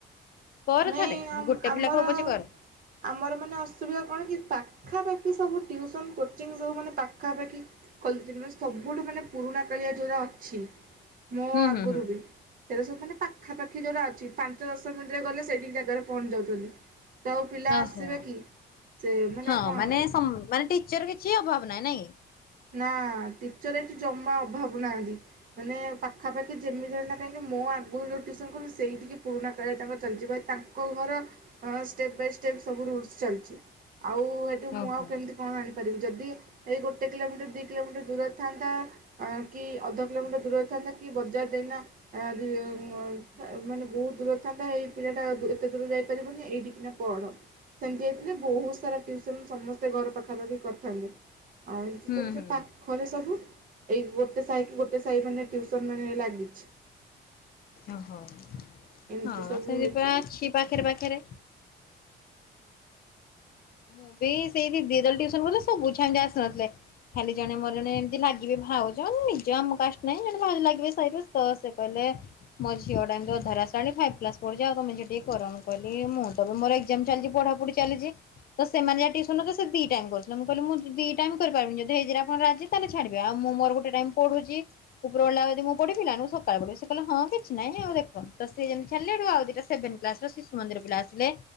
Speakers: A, on the left (about 55°); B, on the right (about 50°).
A: କର
B: ନାଇଁ
A: ଥରେ ଗୋଟେ
B: ଆମର
A: ପିଲା କୁ ପଛେ କର
B: ଆମର ମାନେ ଅସୁବିଧା କଣ କି ପାଖାପାଖି ସବୁୁ ଟିଉସନ କୋଚିଙ୍ଗ୍ ସବୁ ମାନେ ପାଖାପାଖି ଖଲଛନ୍ତି ମାନେ ସବୁଠୁ ମାନେ ପୁରୁଣା କାଳିଆ ଯୋଉଟା ଅଛି। ମୋ
A: ହୁଁ
B: ଆଗରୁ
A: ହୁଁ ହୁଁ
B: ବି ସେଟା ସବୁ ମାନେ ପାଖାପାଖି ଯୋଉରା ଅଛି। ଦଶ ମିନିଟରେ ଗଲେ। ସେଇଠିକ ଜାଗାରେ ପହଞ୍ଚି ଯାଉଛନ୍ତି। ତ ଆଉ ପିଲା
A: ଓହୋ
B: ଆସିବେ କି? ସେ
A: ହଁ
B: କଣ
A: ମାନେ ସ ମାନେ ଟିଚର କିଛି ଅଭାବ ନାହିଁ ନାଇଁ।
B: ନା ଟିଚର ଏଠି ଜମା ଅଭାବ ନାହାଁନ୍ତି। ମାନେ ପାଖାପାଖି ଯେମିତି ହେ କାହିଁକି ମୋ ଆଗରୁ ଯୋଉୁସନ କ ସେଇଠିକି ପୁରୁଣା କ ତାଙ୍କର ଚାଲିଛି ତାଙ୍କ ଘର ଷ୍ଟେପ୍ ବାଇ ଷ୍ଟେପ ସବୁ ରୁଲସ ଚାଲିଛି। ଆଉ ହେଠୁ ମୁଁ
A: ଓହୋ।
B: ଆଉ କେମିତି କଣ ଆଣିପାରିବି। ଯଦି ଏଇ ଗୋଟ କେତେ କିଲୋମିଟର ଦୁଇ କିଲୋମିଟର ଦୂର ଥାନ୍ତା। କି ଅଧ କିଲୋମିଟର ଦୂରରେ ଥାନ୍ତା। କି ବଜାର ଦେଇନା ମାନେ ବହୁତ ଦୂରରେ ଥାନ୍ତା ଏଇ ପିଲାଟା ଏତେ ଦୂର ଯାଇପାରିବନି ଏଇଠିକିନା ପଢ। ସେମିତି ହେଇଥିଲେ ବହୁତ ସାରା ଟିଉସନ୍ ସମସ୍ତେ ଘର ପାଖାପାଖି କରିଥାନ୍ତେ। ଆଉ ଏମିତି
A: ହୁଁ
B: ସବୁ
A: ହୁଁ
B: ପାଖରେ ସବୁ ଏଇ ଗୋଟେ ସାହି କି ଗୋଟେ ସାହି ମାନେ ଟ୍ୟୁସନ ମାନେ ଲାଗି
A: ଓହୋ
B: ଏମିତି
A: ହଁ
B: ସବୁ
A: ସେମିତି
B: ହେଇଛି
A: ପୁରା
B: ହଁ
A: ଅଛି ପାଖେରେ ପାଖେରେ। ମୁଁ ବି ସେଇ ଦିଦି ଯେତେବେଳେ ଟିଉସନ କରୁଥିଲେ ସବୁ ଏମତି ଆସିନଥିଲେ। ଖାଲି ଜଣେ ମୋର ଜଣେ ଏମତି ଲାଗିବେ ଭାଉଜ ନିଜ ଆମ କାଷ୍ଟ ନାହିଁ ଜଣେ ଭାଉ ଲାଗିବେ ସାଇରୁ ତ ସେ କହିଲେ ମୋ ଝିଅ ଟା ଏତି ଅଧାର ଆସିଲାଣି ଫାଇପ୍ ପ୍ଲାସ ପଢୁଛି। ଆ ତମେ ସେ ଟିକେ କର। ମୁଁ କହିଲି ମୁଁ ତ ମୋର ଏଗଜାମ ଚାଲିଛି ପଢାପଢି ଚାଲିଛି। ତ ସେମାନେ ଯହା ଟିଉସନ କ ଦି ଟାଇମ୍ କରୁଥିଲେ ମୁଁ କହିଲି ମୁଁ ଦି ଟାଇ କରିପାରିବିନି। ଯଦି ହେଇଥିରେ ଆପଣ ରାଜି ତାହାଲେ ଛାଡିବେ। ଆଉ ମୁଁ ମୋର ଗୋଟେ ଟାଇମ୍ ପଢୁଛି। ଉପର ବେଳି ଟା ଯଦି ମୁଁ ପଢିବି ନା ନୁ ସକାଳେ ପଢିବି। କହିଲ ହଁ କିଛି ନାହିଁ ଆଉ ଦେଖ। ତ ସିଏ ଯେମିତି ଛାଡିଲେ ଏଠୁ ଆଉ ଦିଟା ସେଭେନ୍ କ୍ଲାସ୍ ର ଶିଶୁ ମନ୍ଦିର ପିଲା ଆସିଲେ